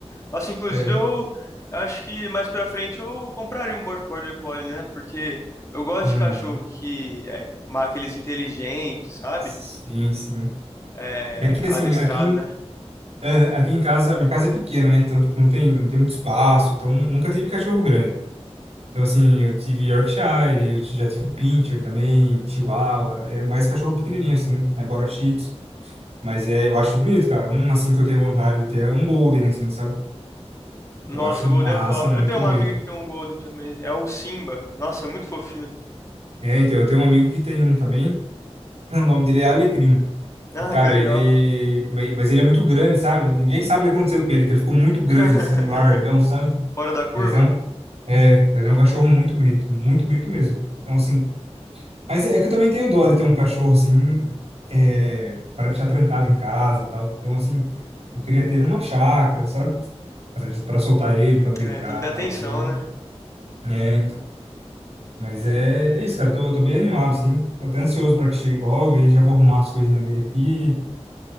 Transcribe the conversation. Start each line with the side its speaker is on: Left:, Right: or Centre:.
Left: Nossa, inclusive
Right: É.
Left: eu eu acho que mais pra frente eu compraria um Bor- Border Collie, né? Porque eu gosto
Right: Uhum.
Left: de cachorro que é ma- aqueles inteligentes, sabe?
Right: Sim, sim.
Left: é,
Right: É que
Left: adestrado,
Right: assim, aqui,
Left: né?
Right: é, aqui em casa, minha casa é pequena, né? Então, tipo, não tem, não tem muito espaço. Então, nunca tive cachorro grande. Então, assim, eu tive Yorkshire, eu ti- já tive Pinscher também, Chihuahua. É mais cachorro pequenininho, assim. né? Agora Shih Tzu. Mas é, eu acho bonito, cara. Um, assim, que eu tenho vontade de ter é um Golden, assim, sabe?
Left: Nossa,
Right: Eu acho uma
Left: o Golden
Right: raça
Left: é top.
Right: muito
Left: Eu tenho uma
Right: bonita.
Left: amiga que tem um Golden também. É o Simba. Nossa, é muito fofinho. <laughs>
Right: É, então, eu tenho um amigo que tem um também. <laughs> O nome dele é Alecrim.
Left: Ah,
Right: Cara,
Left: que legal.
Right: ele. Mas ele é muito grande, sabe? Ninguém sabe o que aconteceu com ele, que ele ficou muito grande,
Left: <laughs>
Right: assim, um largão, sabe?
Left: Fora da curva?
Right: Mas é um. É, mas é um cachorro muito bonito, muito bonito mesmo. Então, assim. Mas é que eu também tenho dó de ter um cachorro, assim, é, para deixar trancado em casa e tal. Então, assim, eu queria ter uma chácara, sabe? Para para soltar ele, para brincar
Left: É, tem que dar
Right: e tal.
Left: atenção,
Right: E...
Left: né?
Right: É, então. Mas é, é isso, cara. Eu tô, eu tô bem animado, assim. Tô até ansioso para que chegue logo, aí já vou arrumar as coisinhas dele aqui.